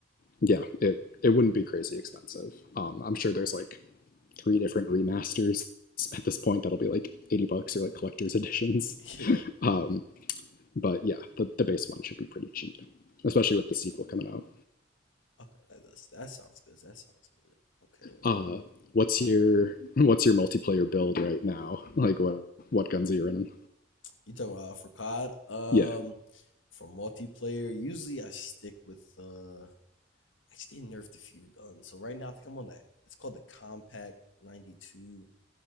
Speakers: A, on the left; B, on the left.
A: yeah, it it wouldn't be crazy expensive. Um, I'm sure there's like three different remasters at this point that'll be like 80 bucks or like collector's <laughs> editions.
B: <laughs> Yeah.
A: Um, but yeah, the, the base one should be pretty cheap, especially with the sequel coming out.
B: Okay. That that's, that sounds good. That sounds good. Okay. uh,
A: Uh, what's your what's your multiplayer build right now? Like what what guns are you running?
B: You talking about for COD? Um,
A: Yeah.
B: for multiplayer, usually I stick with uh. Actually, they nerfed a few guns. So right now, I think I'm on that. It's called the Compact 92.